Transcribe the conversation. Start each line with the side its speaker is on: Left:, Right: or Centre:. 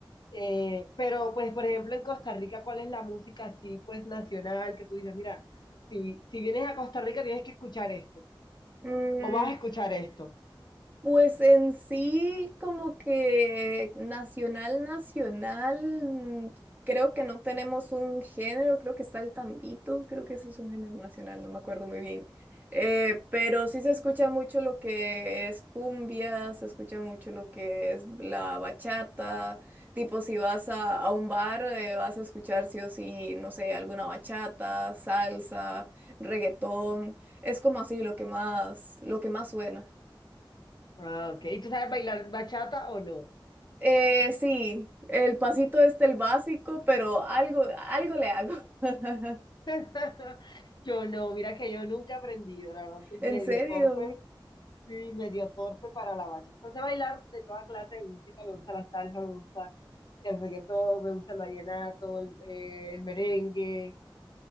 Left: eh, pero pues por ejemplo en Costa Rica, ¿cuál es la música así pues nacional que tú dices, mira, si, si vienes a Costa Rica tienes que escuchar esto,
Right: Mm,
Left: o vas a escuchar esto?
Right: Pues en sí, como que nacional, nacional, mm, creo que no tenemos un género, creo que está el tambito, creo que eso es un género nacional, no me acuerdo muy bien. Eh, pero sí se escucha mucho lo que es cumbia, se escucha mucho lo que es la bachata, tipo si vas a, a un bar, eh, vas a escuchar sí o sí, no sé, alguna bachata, salsa, reggaetón, es como así lo que más, lo que más suena.
Left: Ah, ok, ¿y tú sabes bailar bachata o no?
Right: Eh, sí, el pasito este, el básico, pero algo, algo le hago. <laughs>
Left: <laughs> Yo no, mira que yo nunca he aprendido, la verdad soy
Right: ¿En
Left: medio
Right: serio?
Left: torpe, sí, medio torpe para la bachata. Entonces bailar de toda clase de música, me gusta la salsa, me gusta el reggaetón, me gusta el vallenato, el, eh, el merengue,